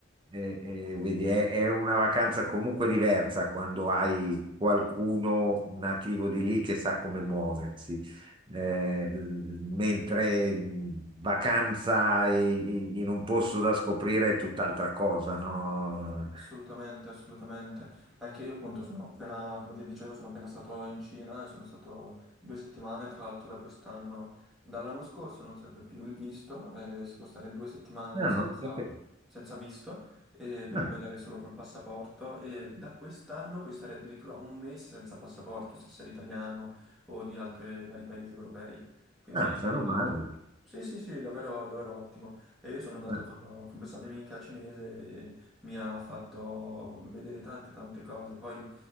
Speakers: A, on the right; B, in the centre.
A: Eh, eh, vedi, è, è una vacanza comunque diversa quando hai qualcuno nativo di lì che sa come muoversi. Eh, l- mentre mh, vacanza i- i- in un posto da scoprire è tutt'altra cosa, no?
B: Assolutamente, assolutamente. Anche io appunto sono appena, come ti dicevo, sono appena stato in Cina e sono stato due settimane, tra l'altro da quest'anno, dall'anno scorso non serve più il visto, eh, si può stare due settimane
A: Ah,
B: senza,
A: non lo sapevo.
B: senza visto e quindi
A: Ah,
B: puoi andare solo col passaporto e da quest'anno puoi stare addirittura un mese senza passaporto se sei italiano o di altri vari paesi europei. Quindi
A: ah, meno male.
B: ottimo. Sì, sì, sì, davvero, davvero ottimo. E io sono andato
A: Ah,
B: con, con questa mia amica cinese mi ha fatto vedere tante tante cose. Poi,